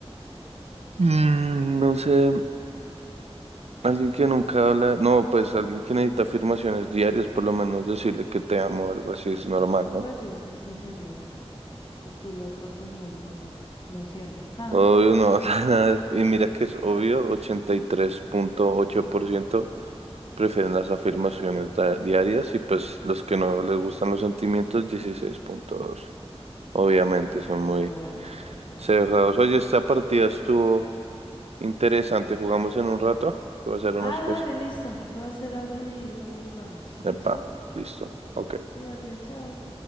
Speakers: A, on the right; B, on the left.
A: Mm, no sé, alguien que nunca habla, no, pues alguien que necesita afirmaciones diarias, por lo menos decirle que te amo, o algo así es normal, ¿no?
B: Pues sí, eso sería. Porque el otro, pues no es muy, no siente. <laughs>
A: Obvio, no habla <laughs> nada. Y mira que es obvio, ochenta y tres punto ocho por ciento prefieren las afirmaciones da- diarias y pues los que no les gustan los sentimientos, dieciséis punto dos. Obviamente son muy
B: Obviamente, claro.
A: cerrados. Oye, esta partida estuvo... Interesante, jugamos en un rato. Voy a hacer unas
B: Ah,
A: cosas.
B: dale, listo. Voy a hacer algo y luego jugamos.
A: Epa,
B: ¿Listo?
A: listo. Ok.
B: Cuídate, chao.